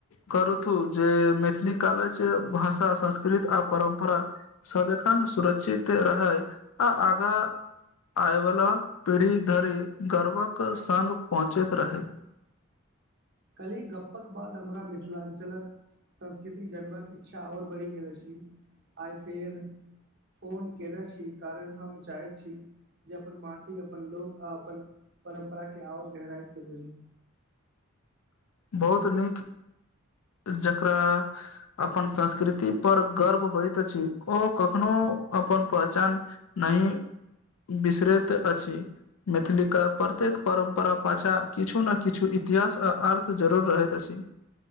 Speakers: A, on the left (about 80°); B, on the right (about 50°).
A: करूथु जे मैथिली काल जे भाषा संस्कृत आ परम्परा सदेखन सुरक्षित रहै आ आगाँ आयवला पीढ़ी धरि गर्वक सङ्ग पहुँचैत रहै
B: काली गप्पक बाद हमरा मिथिलाञ्चलक संस्कृति जनबाक इच्छा ओर बढ़ि गेलो अछि आइ फेर फोन केने छी कारण हम चाहैत छी जे अपन माटी अपन लोक आ अपन परम्परा के आओर गहराई से बुझी
A: बहुत नीक जेकरा अपन संस्कृति पर गर्व होइत अछि ओ कखनो अपन पहचान नहि बिसरैत अछि मैथिली के प्रत्येक परम्परा पाछा किछु ने किछु इतिहास आ अर्थ तऽ जरूर रहैत अछि